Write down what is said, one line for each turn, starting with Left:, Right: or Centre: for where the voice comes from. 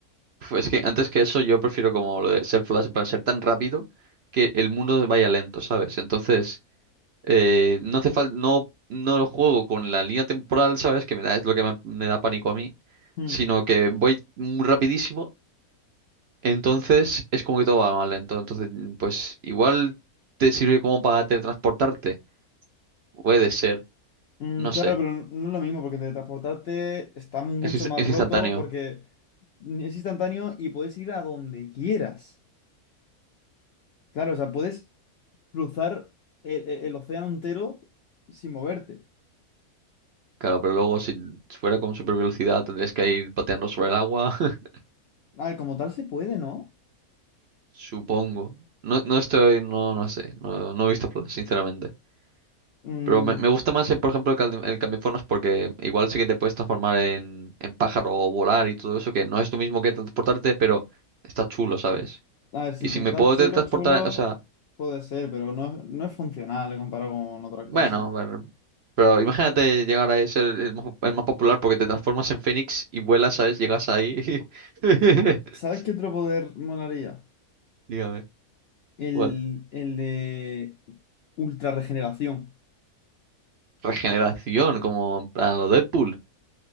Right: pues es que antes que eso yo prefiero como lo de ser Flash, en plan, ser tan rápido que el mundo vaya lento, ¿sabes? Entonces, eh, no hace falta, no, no lo juego con la línea temporal, ¿sabes? Que me da, es lo que me, me da pánico a mí,
Left: Hmm.
Right: sino que voy muy rapidísimo Entonces es como que todo va mal lento. Entonces, mm, pues igual te sirve como para teletransportarte. Puede ser,
Left: Mm,
Right: no
Left: claro,
Right: sé.
Left: pero no no es lo mismo porque teletransportarte está mucho
Right: Es, inst-
Left: más
Right: es
Left: roto
Right: instantáneo.
Left: porque es instantáneo y puedes ir a donde quieras. Claro, o sea, puedes cruzar el, el- el océano entero sin moverte.
Right: Claro, pero luego si fuera con super velocidad tendrías que ir pateando sobre el agua. <laughs>
Left: A ver, como tal se puede, ¿no?
Right: Supongo. No, no estoy, no, no sé. No, no he visto Flash, sinceramente.
Left: Mm,
Right: Pero me, me gusta más, eh, por ejemplo, el, cal- el cambiaformas porque igual sí que te puedes transformar en, en pájaro o volar y todo eso, que no es lo mismo que transportarte, pero está chulo, ¿sabes?
Left: a ver, sí,
Right: Y si
Left: como
Right: me
Left: tal,
Right: puedo
Left: chulo,
Right: teletransportar,
Left: chulo,
Right: o sea.
Left: puede ser, pero no, no es funcional comparado con otras
Right: Bueno,
Left: cosas.
Right: bueno, pero imagínate llegar a ser el, el más, el más popular porque te transformas en Fénix y vuelas, ¿sabes? Llegas ahí. <laughs>
Left: ¿Sabes qué otro poder molaría?
Right: Dígame.
Left: El,
Right: ¿Cuál?
Left: el de ultra regeneración.
Right: Regeneración, como a lo Deadpool.